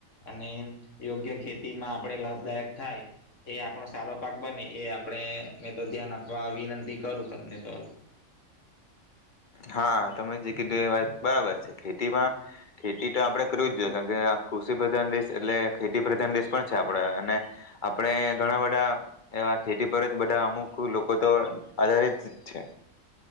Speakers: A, on the left; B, on the left.
A: અને યોગ્ય ખેતીમાં આપણે લાભદાયક થાય એ આપણો સારો પાક બને એ આપણે મે તો ધ્યાન આપવા વિનંતી કરું તમને તો
B: હા તમે જે કીધું એ વાત બરાબર છે ખેતીમાં ખેતી તો આપડે કરવી જ જોઈએ કારણ કે કૃષિ પ્રધાન દેશ એટલે ખેતી પ્રધાન દેશ પણ છે આપડ અને આપણેે ઘણા બધા એવા ખેતી પર જ બધા અમુક લોકો તો આધારિત છે